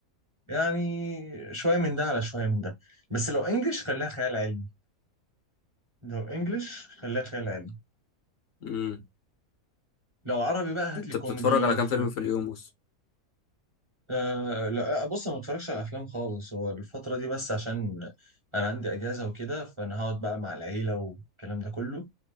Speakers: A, on the right; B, on the left.
A: يعني شوية من ده على شوية من ده بس لو انجلش خليها خيال علمي لو انجلش خليها خيال علمي
B: امم
A: لو عربي بقى هات
B: انت
A: لي كوميدي
B: بتتفرج على
A: وفي
B: كام فيلم في اليوم اصلا
A: أه لا آه، بص انا ما بتفرجش على افلام خالص هو الفتره دي بس عشان انا عندي اجازه وكده فانا هقعد بقى مع العيله والكلام ده كله